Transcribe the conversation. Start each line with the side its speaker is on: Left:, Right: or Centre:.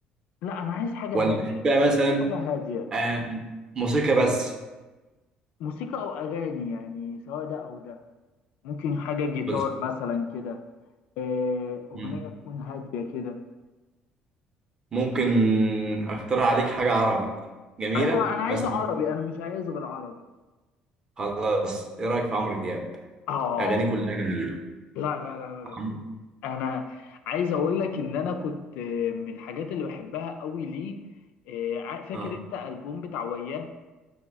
Left: لا انا عايز حاجة
Right: ولا
Left: هادية
Right: بتحبها مثلا
Left: حاجة هادية
Right: آه موسيقى بس
Left: موسيقى او اغاني يعني سواء ده او ده ممكن حاجة جيتار
Right: بس
Left: مثلا كده آه، اغنية
Right: مم.
Left: تكون هادية كده
Right: ممكن اقترح عليك حاجة عربي جميلة
Left: ايوه انا عايز
Right: مثلا
Left: عربي انا مش عايز غير عربي
Right: خلاص ايه رأيك في عمرو دياب
Left: اه
Right: اغانيه كلها جميلة
Left: لا لا لا
Right: عم-
Left: لا انا عايز اقول لك ان انا كنت من الحاجات اللي بحبها قوي ليه آه، عا- فاكر
Right: اه
Left: انت البوم بتاع وياه